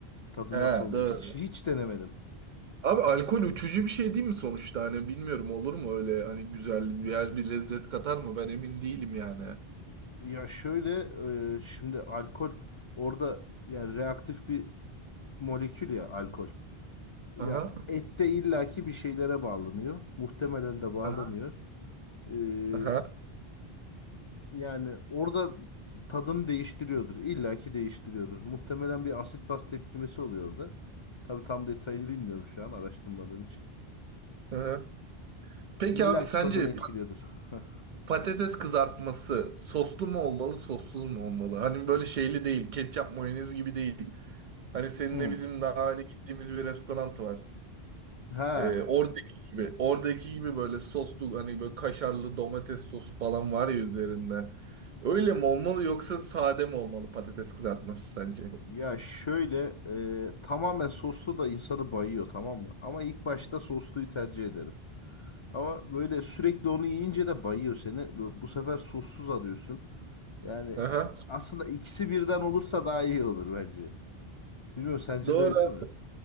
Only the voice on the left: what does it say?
Tadı
nasıl oluyor?
Hiç hiç denemedim.
Ya şöyle e, şimdi alkol orada yani reaktif bir molekül ya alkol. Ya
ette illaki bir şeylere bağlanıyor. Muhtemelen de bağlanıyor.
Ee,
yani orada tadını değiştiriyordur. İllaki değiştiriyordur. Muhtemelen bir asit baz tepkimesi oluyor orada. Tabii tam detayını bilmiyorum şu an araştırmadığım için.
İllaki
tadını etkiliyordur. <laughs> Heh.
Hmm.
Ha.
Ya şöyle e, tamamen soslu da insanı bayıyor tamam mı? Ama ilk başta sosluyu tercih ederim. Ama böyle sürekli onu yiyince de bayıyor seni. Bu bu sefer sossuz arıyorsun. Yani
aslında ikisi birden olursa daha iyi olur bence. Bilmiyorum sence
de öyle değil mi?